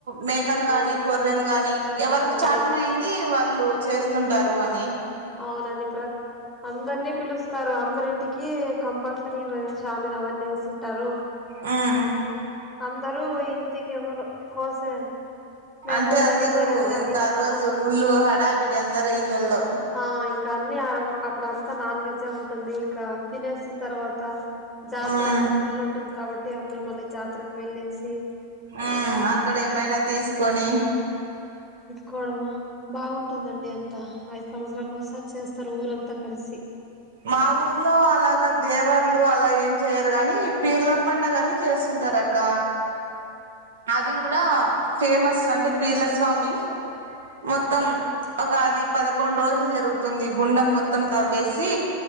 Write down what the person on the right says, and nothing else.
మేకను గాని
గొర్రెని గాని ఎవరికి
చేతనయింది వాళ్ళు చేస్తుంటారు అని
హ్మ్
అంటే అందరు
ఇంత రోజు
ఫుల్ హడావిడి అందరు ఇల్ ఇళ్లలో
ఉమ్
హ్మ్ అక్కడ ఏమైనా
తీసుకొని
మా ఊర్లో అలాగ దేవర్లు అలా ఏం చేయరు గానీ పీర్ల పండగ కాని చేస్తుంటారు అక్క అది కూడా ఫేమస్ అంటే పీర్ల స్వామి మొత్తం ఒక అది పదకొండు రోజులు జరుగుతుంది గుండె మొత్తం మొత్తం తవ్వేసి